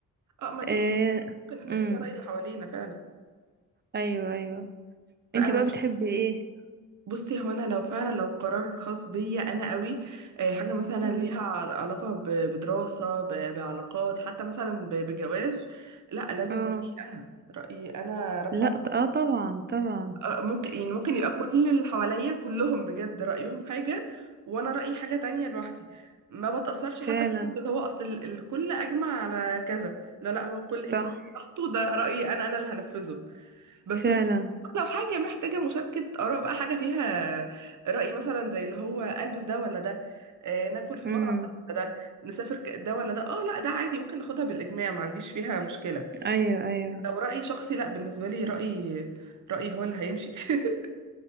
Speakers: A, on the right; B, on the right.
A: اه ما دي
B: إيه
A: ممكن نحتاج
B: امم
A: فيها رأي اللي حوالينا فعلا
B: ايوه ايوه
A: لا
B: انتي
A: انا
B: بقى
A: بك...
B: بتحبي ايه
A: بصي هو انا لو فعلا لو قرار خاص بيا انا قوي آه، حاجة مثلا
B: امم
A: ليها عل- علاقة ب- بدراسة ب- بعلاقات حتى مثلا ب- بجواز لا لازم
B: اه
A: رأيي انا رأيي انا رقم
B: لا ط- اه طبعا طبعا
A: آه، ممكن يعني ممكن يبقى كل اللي حواليا كلهم بجد رأيهم حاجة وانا رأيي حاجة تانية لوحدي ما بتأثرش
B: فعلا
A: حتى بفكرة اللي هو اصل ال- الكل اجمع على كذا لا لا هو الكل
B: صح
A: يجمع براحته ده رأيي انا انا اللي هنفذه بس
B: فعلا
A: زي- لو حاجة محتاجة مشاركة آراء بقى حاجة فيها رأي مثلا زي اللي هو ألبس ده ولا ده آه، ناكل في
B: امم
A: المطعم ده ولا ده نسافر ك- ده ولا ده اه لا ده عادي ممكن ناخدها بالإجماع ما عنديش فيها مشكلة
B: ايوه ايوه
A: لو رأي شخصي لا بالنسبة لي رأيي رأيي هو اللي هيمشي <laughs>